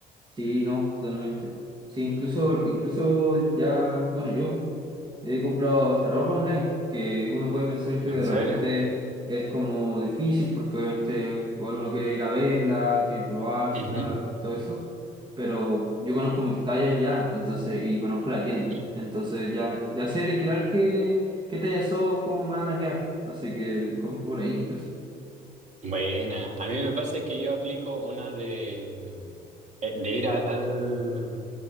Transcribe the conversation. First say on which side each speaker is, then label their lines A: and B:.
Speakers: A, on the right (about 25°); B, on the right (about 45°).
A: sí, no, totalmente. Sí, incluso, incluso ya, bueno, yo. He comprado hasta ropa online, que uno puede pensar que
B: ¿En
A: de
B: serio?
A: repente es como difícil, porque obviamente igual uno quiere ir a verla, quiere probársela,
B: Ujú.
A: todo eso. Pero yo conozco mis tallas ya, entonces, y conozco la tienda.
B: <clears throat>
A: Entonces ya, ya sé literal qué, qué tallas son, cómo me van a quedar. Así que compro por ahí incluso.
B: Buena. A mí
A: Mm.
B: me pasa que yo aplico una de, eh, de ir a, al-